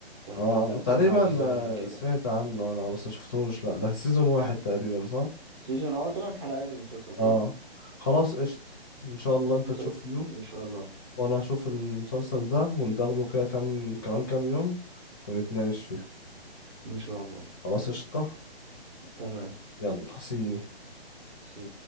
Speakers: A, on the right; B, on the left.
A: كان
B: اه
A: مسلسل
B: تقريبا
A: سفر عبر الزمن
B: آه،
A: كده
B: سمعت عنه انا بس ما شفتوش لا ده سيزون واحد تقريبا صح
A: سيزون اه 8 حلقات المسلسل كله
B: اه خلاص قشطة ان شاء الله انت
A: مس...
B: تشوف يو
A: ان شاء الله
B: وانا اشوف المسلسل ده ونتقابله كده كام كمان كام يوم ونتناقش فيه
A: ان شاء الله
B: خلاص قشطة
A: تمام
B: يلا سي
A: سي